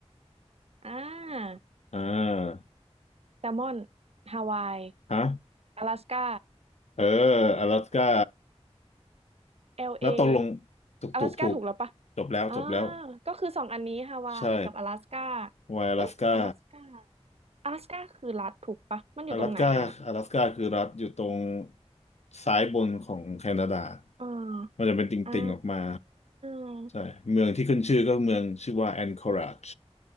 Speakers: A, on the right; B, on the left.
A: อ่า
B: อ่า
A: แซลมอนฮาวาย
B: ฮะ
A: 阿拉斯า
B: เอออลาสก้า
A: LA
B: แล้วตกลงถูกถูกถูก
A: 阿拉สก้าถูกแล้วปะ
B: จบแล้วจบแล้ว
A: อ่าก็คือสองอันนี้ฮาวายกับ阿拉สก้า
B: ใช่ไวอลาสก้า
A: เอ้ย阿拉สก้า阿拉สก้าคือรัฐถูกปะมันอยู่ตรงไหนอ่ะ
B: อลาสก้าอลาสก้าคือรัฐอยู่ตรงซ้ายบนของแคนาดา
A: อ่าอ่
B: มันจะเป็นติ่งๆออกมา
A: า
B: ใช่เมืองที่ขึ้นชื่อก็เมืองชื่อว่าแอนคอราจ